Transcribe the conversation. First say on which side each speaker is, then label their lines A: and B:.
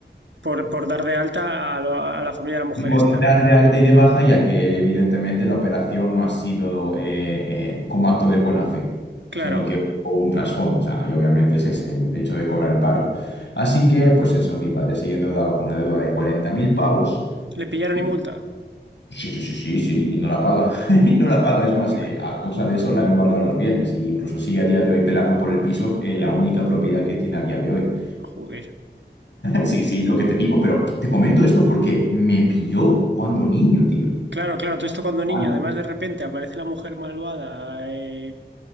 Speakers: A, on the right; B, on the left.
A: Por, por dar de alta a, lo- a la familia de la mujer
B: Por
A: esta.
B: dar de alta y de baja, ya que evidentemente la operación no ha sido eh, eh, como acto de buena fe,
A: Claro.
B: sino que hubo un trasfondo, o sea, y obviamente ese es el hecho de cobrar el paro. Así que, pues eso, mi padre sigue endeudado con una deuda de 40.000 pavos.
A: ¿Le pillaron
B: Y,
A: y multa?
B: sí, sí, sí, sí, sí, y no la paga. <laughs> Y no la paga. Es más,
A: Hombre,
B: eh, a causa de eso le han embargado los bienes. Y incluso sigue a día de hoy pelando por el piso en la única propiedad que tiene a día de hoy.
A: joder.
B: Sí, sí, lo que te digo, pero te comento esto porque me pilló cuando niño, tío.
A: Claro, claro, todo esto cuando niño,
B: Juan.
A: además de repente aparece la mujer malvada eh,